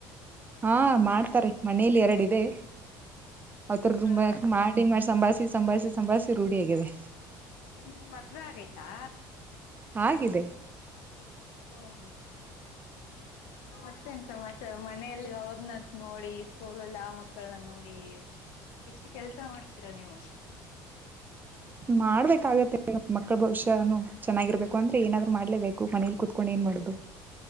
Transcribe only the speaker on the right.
ಹಾ ಮಾಡ್ತಾರೆ ಮನೇಲಿ ಎರಡು ಇದೆ. ಅತ್ರ
ಮಾಡಿ ಮಾಡಿ ಸಂಬಾಳಿ ಸಂಭಾಳಿಸಿ, ಸಂಭಾಳಿಸಿ ರೂಢಿಯಾಗಿದೆ
ಆಗಿದೆ.
<unintelligible>
ಮಾಡ್ಬೇಕಾಗತ್ತೆ, ಮಕ್ಕಳ ಭವಿಷ್ಯನು ಚೆನ್ನಾಗಿರ್ಬೇಕು. ಅಂದ್ರೆ ಏನಾದ್ರು ಮಾಡ್ಲೇಬೇಕು. ಮನೇಲಿ ಕುೂತ್ಕು ಡೂ ಏನು ಮಾಡದು.